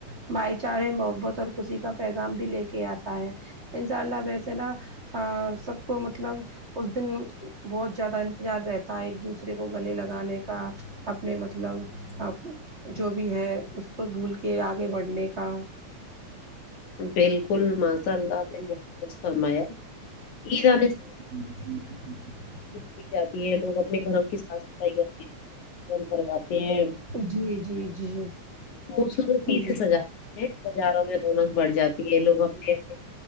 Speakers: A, on the right; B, on the left.
A: بھائی چارے محبت اور خوشی کا پیغام بھی لے کے آتا ہے انشاء اللہ ویسے نا سب کو مطلب اس دن بہت زیادہ انتظار رہتا ہے ایک دوسرے کو گلے لگانے کا اپنے مطلب جو بھی ہے اس کو بھول کے آگے بڑھنے کا
B: بالکل ماشاء اللہ نے درست فرمایا عید آ
A: <unintelligible>
B: کی جاتی ہے لوگ اپنے گھروں کی صاف صفائی کرتے ہیں کرواتے ہیں
A: جی جی جی
B: خوبصورتی
A: جی
B: سے سجات ہیں بازاروں میں رونق بڑھ جاتی ہے لوگ اپنے اپنے